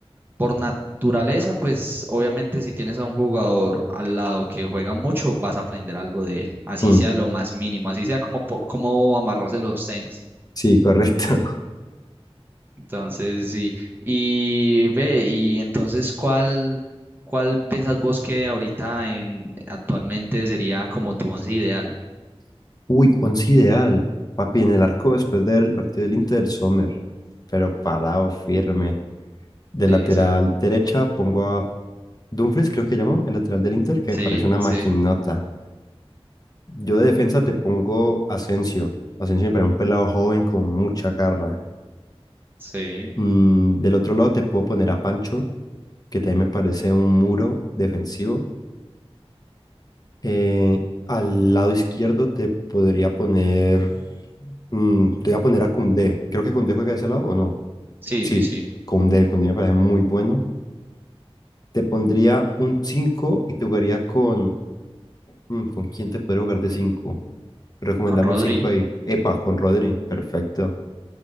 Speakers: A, on the right (about 20°); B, on the left (about 40°).
A: Por naturaleza, pues obviamente si tienes a un jugador al lado que juega mucho, vas a aprender algo de él, así
B: Mm,
A: sea lo más mínimo, así sea como po- cómo amarrarse los tenis.
B: sí, correcto.
A: Entonces, sí. Y ve, y entonces, ¿cuál, cuál piensas vos que ahorita en actualmente sería como tu once ideal?
B: <laughs> Uy, once ideal. Papi, en el arco después de ver el partido del Inter, Sommer, pero parado, firme. De
A: Sí,
B: lateral
A: sí.
B: derecha pongo a Dumfries creo que llama el lateral del Inter, que
A: Sí,
B: me parece una
A: sí,
B: maquinota. Yo de defensa te pongo Asensio. Asensio me parece un pelado joven con mucha garra.
A: sí.
B: Mm, del otro lado te puedo poner a Pancho, que también me parece un muro defensivo. Eh, al lado izquierdo te podría poner... mm, te voy a poner a Koundé. Creo que Koundé juega de ese lado o no.
A: Sí,
B: Sí,
A: sí, sí.
B: Koundé. Koundé me parece muy bueno. Te pondría un 5 y te jugaría con... mm, ¿con quién te podría jugar de cinco. Recomendame
A: Con Rodri.
B: un 5 ahí. Epa, con Rodri. Perfecto.